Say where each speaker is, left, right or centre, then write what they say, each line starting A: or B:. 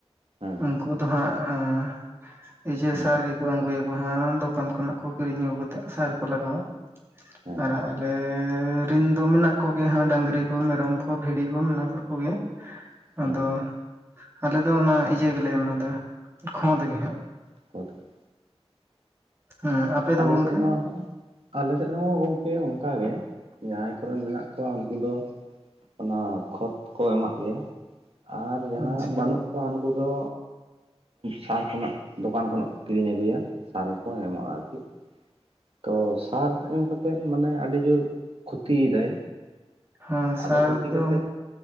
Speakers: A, on the right; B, on the right.
A: ᱦᱮᱸ
B: ᱩᱱᱠᱩ ᱫᱚ ᱦᱟᱸᱜ <unintelligible>
A: ᱦᱮᱸ
B: ᱥᱟᱨ ᱜᱮᱠᱚ ᱟᱹᱜᱩᱭᱟᱠᱚ ᱦᱟᱸᱜ ᱫᱚᱠᱟᱱ ᱠᱷᱚᱱᱟᱜ ᱠᱚ ᱠᱤᱨᱤᱧ ᱟᱹᱜᱩ ᱠᱟᱛᱮᱜ ᱥᱟᱨ ᱠᱚ ᱞᱟᱜᱟᱣᱟ᱾
A: ᱦᱮᱸ
B: ᱟᱨ ᱟᱞᱮ ᱨᱤᱱ ᱫᱚ ᱢᱮᱱᱟᱜ ᱠᱚᱜᱮ ᱦᱟᱸᱜ ᱰᱟᱝᱨᱤ ᱠᱚ ᱢᱮᱨᱚᱢ ᱠᱚ ᱵᱷᱤᱰᱤ ᱠᱚ ᱢᱮᱱᱟᱜ ᱠᱟᱜ ᱠᱚᱜᱮᱭᱟ, ᱟᱫᱚ
A: ᱦᱮᱸ
B: ᱟᱞᱮ ᱫᱚ ᱚᱱᱟ ᱤᱭᱟᱹ ᱜᱮᱞᱮ ᱮᱢᱟᱫᱟ, ᱠᱷᱚᱸᱫᱽ ᱜᱮ ᱦᱟᱸᱜ
A: <unintelligible>
B: ᱦᱮᱸ ᱟᱯᱮ ᱫᱚ
A: ᱟᱞᱮ
B: ᱜᱚᱝᱠᱮ
A: ᱥᱮᱫ ᱢᱟ <unintelligible> ᱟᱞᱮ ᱥᱮᱫ ᱦᱚᱸ ᱜᱚᱝᱠᱮ ᱚᱱᱠ ᱜᱮ, ᱡᱟᱦᱟᱸᱭ ᱠᱚᱨᱮᱱ ᱢᱮᱱᱟᱜ ᱠᱚᱣᱟ ᱩᱱᱠᱩ ᱫᱚ ᱚᱱᱟ ᱠᱷᱚᱛ ᱠᱚ ᱮᱢᱟᱜ ᱜᱮᱭᱟ, ᱟᱨ ᱡᱟᱦᱟᱸᱭᱟᱜ
B: ᱟᱪᱪᱷᱟ
A: ᱵᱟᱹᱱᱩᱜ ᱩᱱᱠᱩ ᱫᱚ ᱥᱟᱨ ᱠᱷᱚᱱᱟᱜ ᱫᱚᱠᱟᱱ ᱠᱷᱚᱱᱟᱜ ᱠᱚ ᱠᱤᱨᱤᱧ ᱟᱹᱜᱩᱭᱟ᱾ ᱥᱟᱨ ᱠᱚ ᱠᱚ ᱮᱢᱟᱜᱼᱟ ᱟᱨᱠᱤ᱾ ᱛᱚ ᱥᱟᱨ ᱮᱢ ᱠᱟᱛᱮᱫ ᱢᱟᱱᱮ ᱟᱹᱰᱤ ᱡᱳᱨ, ᱠᱷᱩᱛᱤᱭ ᱮᱫᱟᱭ᱾
B: ᱦᱮᱸ ᱥᱟᱨ
A: ᱟᱫᱚ ᱠᱷᱚᱛᱤ
B: ᱫᱚ
A: ᱠᱟᱛᱮᱜ,